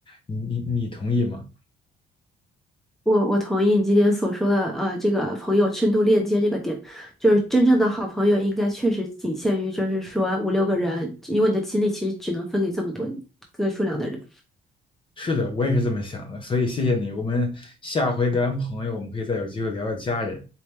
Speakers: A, on the left (about 30°); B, in the centre.
A: 你你你同意吗？
B: 我我同意你今天所说的，呃，这个朋友深度链接这个点，就是真正的好朋友应该确实仅限于就是说五六个人，因为你的精力其实只能分给这么多个数量的人。
A: 是的，我也是这么想的，所以谢谢你。我们下回聊完朋友，我们可以再有机会聊聊家人。